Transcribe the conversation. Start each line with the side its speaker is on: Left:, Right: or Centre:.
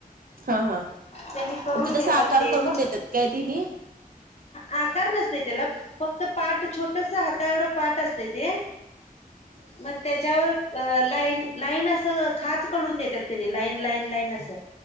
Right: हा हा
Left: त्यांनी करून
Right: म ते
Left: देतात
Right: तसं आकार
Left: ते
Right: करून
Left: फक्त
Right: देतात काय तेनी?
Left: आकार नसतोय त्याला फक्त पाट छोटंसं हाता एवढं पाट असतय ते मग त्याच्यावर अ लाईन लाईन असं खाच करून देतात तेनी लाईन लाईन लाईन असं